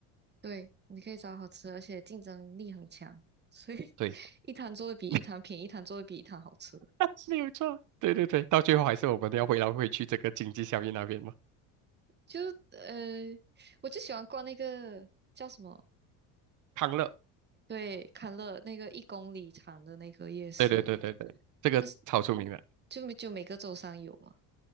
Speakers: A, on the right; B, on the right.
A: 对，你可以找好吃的而且竞争力很强，所以
B: 对，
A: <laughs> 一摊做的比一摊便宜，
B: <laughs>
A: 一摊做的比一摊好吃。
B: 是有错，对对对，到最后还是我们要回来回去这个经济效益那边嘛。
A: 就呃，我就喜欢逛那个叫什么？
B: 康乐，
A: 对，康乐那个一公里长的那个夜市，
B: 对对对对对，这个超出名的，
A: 但是就就每个周三有嘛。